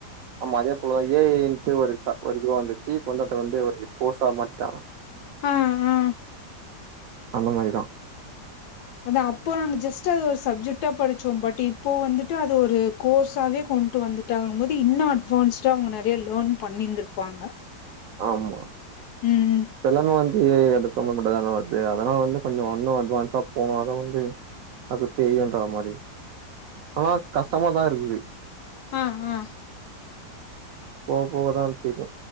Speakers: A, on the right (about 70°); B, on the left (about 70°).
A: ஆமா அதே போலதா ஏ ஐ ன்ட்டு ஒரு ச ஒரு இதுவா வந்துருச்சு கொண்டுட்டு வந்து ஒரு கோர்ஸா மாட்டிடாங்க
B: ஆ ஆ
A: அந்த மாரிதா
B: அத அப்போ நாங்க ஜஸ்ட் அது ஒரு சப்ஜெக்ட்டா படிச்சோ பட் இப்போ வந்துட்டு அது ஒரு கோர்ஸாவே கொண்ட்டு வந்துட்டாங்கம்போது இன்னு அட்வான்ஸ்டா அவுங்க நறயா லேர்ன் பண்ணிர்ந்து ப்பாங்க
A: ஆமா
B: ம்
A: எல்லாமே வந்து அது சம்மந்தப்பட்டதான வர்து அதனாலா வந்து கொஞ்சொ இன்னு அட்வான்ஸா போனா தா வந்து அது தெரியுன்ற மாரி ஆனா கஷ்டமாதா இருக்குது
B: ஹா ஹா
A: போவ்போவதா தெரியு